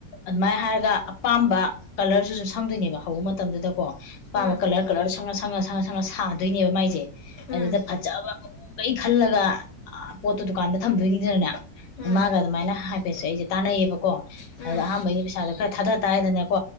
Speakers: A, on the left; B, on the left.
A: ꯑꯗꯨꯃꯥꯏꯅ ꯍꯥꯏꯔꯒ ꯑꯄꯥꯝꯕ ꯀꯂꯔꯗꯨꯁꯨ ꯁꯪꯗꯣꯏꯅꯦꯕ ꯍꯧꯕ ꯃꯇꯝꯗꯨꯗꯀꯣ ꯑꯄꯥꯝꯕ
B: ꯎꯝ
A: ꯀꯂꯔ ꯀꯂꯔ ꯁꯪꯉ ꯁꯪꯉ ꯁꯪꯉ ꯁꯪꯉ ꯁꯥꯗꯣꯏꯅꯦꯕ ꯃꯥꯏꯁꯦ
B: ꯎꯝ ꯎꯝ
A: ꯑꯗꯨꯗ ꯐꯖꯕ ꯃꯑꯣꯡꯈꯩ ꯈꯜꯂꯒ ꯄꯣꯠꯇꯣ ꯗꯨꯀꯥꯟꯗ ꯊꯝꯗꯣꯏꯅꯤꯗꯅꯅꯦ
B: ꯎꯝ
A: ꯃꯥꯒ ꯑꯗꯨꯃꯥꯏꯅ ꯍꯥꯏꯐꯦꯠꯁꯦ ꯑꯩꯁꯦ ꯇꯥꯟꯅꯩꯌꯦꯕꯀꯣ
B: ꯎꯝ
A: ꯑꯗꯣ ꯑꯍꯥꯟꯕꯒꯤ ꯄꯩꯁꯥꯗꯣ ꯈꯔ ꯊꯥꯗ ꯇꯥꯏꯗꯅꯀꯣ